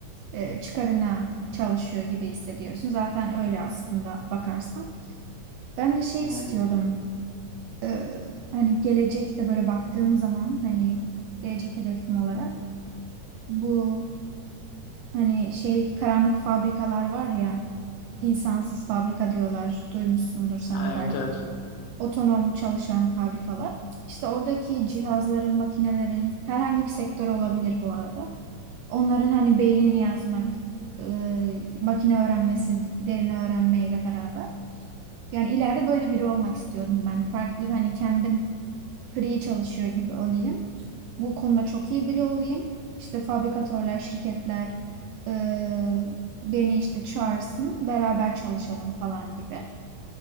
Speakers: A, on the right; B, on the left.
A: e, çıkarına çalışıyor gibi hissediyorsun. Zaten öyle aslında bakarsan. Ben de şey
B: Yani
A: istiyordum. E, hani gelecekte böyle baktığım zaman hani gelecek hedefim olarak bu hani şey karanlık fabrikalar var ya insansız fabrika diyorlar. Duymuşsundur sen
B: ha,
A: de
B: evet
A: belki.
B: evet
A: otonom çalışan fabrikalar. İşte oradaki cihazların, makinelerin herhangi bir sektör olabilir bu arada. Onların hani beynini yazmak, e, makine öğrenmesi, derin öğrenmeyle beraber. Yani ileride böyle biri olmak istiyordum ben. Farklı hani kendim free çalışıyor gibi olayım. Bu konuda çok iyi biri olayım. İşte fabrikatörler, şirketler e, beni işte çağırsın, beraber çalışalım falan gibi.